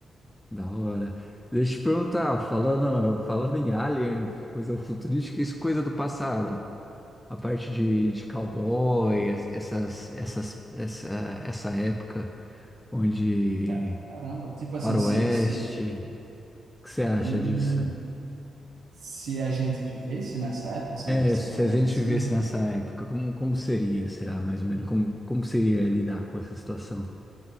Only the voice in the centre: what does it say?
Da hora. Deixa eu te perguntar, falando, falando em alien, coisa futurística, isso é coisa do passado. A parte de, de cowboy, es- essas, essas, essa, essa época onde
faroeste,
o que você acha
disso?
É,
se
a gente
vivesse nessa época, como, como seria, será, mais ou menos? Como, como seria lidar com essa situação?